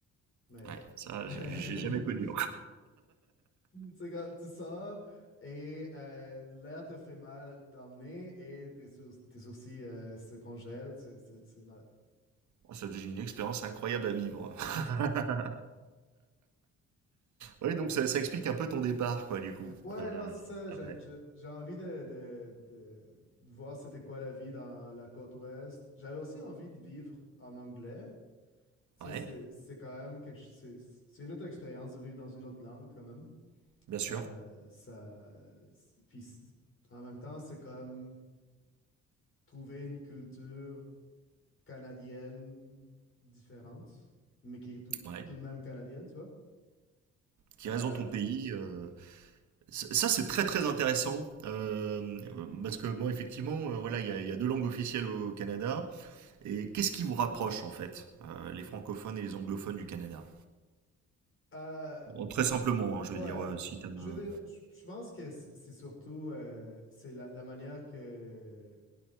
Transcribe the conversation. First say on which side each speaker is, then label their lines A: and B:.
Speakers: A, on the left (about 45°); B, on the right (about 70°).
A: Mais.
B: Ouais, ça,
A: <laughs>
B: j'ai j'ai jamais connu.
A: C'est comme, tu sors et euh, l'air te fait mal dans le nez et tes, sour- tes sourcils euh, se congèlent. C'est c'est- c'est
B: Oh, Ça devient une expérience incroyable à vivre. <laughs> Oui, donc ça, ça explique un peu ton départ, quoi, du coup.
A: Ouais,
B: Euh,
A: non, c'est ça. J'ai
B: ouais.
A: je- j'ai envie de, de- de- de voir c'était quoi la vie dans la côte ouest. J'avais aussi envie de vivre en anglais. Tu
B: Ouais,
A: sais, c'est c'est quand même quelque ch- c'est c'est une autre expérience de vivre dans une autre langue quand même.
B: bien sûr.
A: Euh, ça, c'est- puis c'est- en même temps, c'est comme trouver une culture canadienne différente, mais qui est tout,
B: Ouais.
A: tout de même canadienne, tu vois.
B: Qui
A: Euh,
B: reste dans ton pays. euh, c- Ça, c'est très très intéressant. euh, parce que, bon, effectivement, euh, voilà, il y a, il y a deux langues officielles au Canada. Et qu'est-ce qui vous rapproche, en fait, euh, les francophones et les anglophones du Canada?
A: euh,
B: Bon, très simplement, hein, je
A: Pas,
B: veux dire,
A: euh,
B: euh, si t'as... euh,
A: je veux dire, je je pense que c'est c'est surtout euh, c'est la, la manière que